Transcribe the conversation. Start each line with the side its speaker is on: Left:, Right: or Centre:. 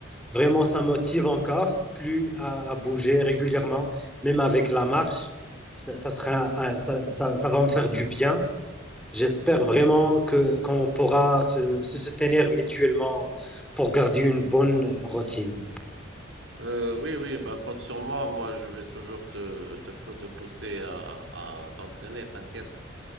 Centre: Vraiment, ça motive encore plus à, à bouger régulièrement, même avec la marche. Ça, ça sera, euh, ça, ça, ça va me faire du bien. J'espère vraiment que qu'on pourra se, se soutenir mutuellement pour garder une bonne routine.
Right: Euh, oui, oui, Bah, compte sur moi, moi je vais toujours te, te, fou- te pousser à, à t'entraîner, t'inquiète.